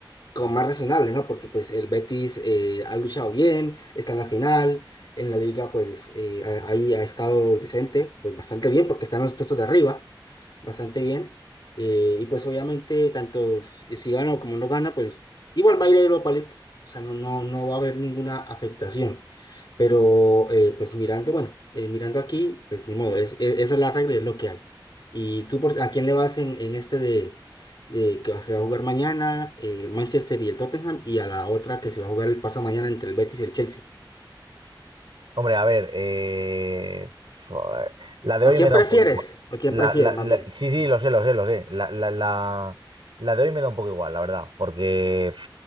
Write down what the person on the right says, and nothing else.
Hombre, a ver, eh, joder, la de hoy
me da
un poco igual.
La,
la- la-
sí, sí,
lo sé, lo sé, lo sé. La, la- la- la de hoy me da un poco igual, la verdad, porque pf,